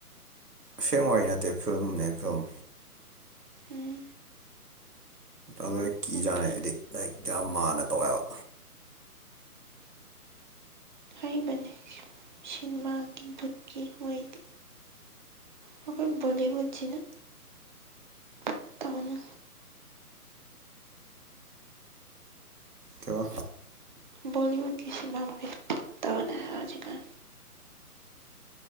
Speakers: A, on the right; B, on the right.
A: ꯑꯁꯦꯡ ꯋꯥꯔꯤ ꯅꯠꯇꯦ ꯐꯤꯂꯝꯅꯦ ꯐꯤꯂꯝ
B: ꯎꯝ
A: ꯑꯗꯨ ꯑꯩ ꯀꯤꯖꯥꯠꯅꯤ
B: ꯑꯣꯀꯦ
A: ꯑꯩꯗꯤ ꯂꯥꯏꯔꯤꯛꯇ ꯌꯥꯝ ꯃꯥꯟꯅ ꯇꯧꯋꯦꯕ
B: ꯍꯩꯕꯅꯤ ꯁꯤꯅꯦꯃꯥꯒꯤ ꯕꯨꯠꯀꯤ ꯑꯣꯏꯗꯤ ꯑꯩꯈꯣꯏ ꯕꯣꯂꯤꯎꯠꯁꯤꯅ ꯄꯛꯇꯕꯅ
A: ꯀꯩ ꯕꯥ
B: ꯕꯣꯂꯤꯎꯠꯀꯤ ꯁꯤꯅꯦꯃꯥ ꯃꯈꯩꯁꯦ ꯄꯛꯇꯕꯅ ꯍꯧꯖꯤꯛꯀꯥꯟ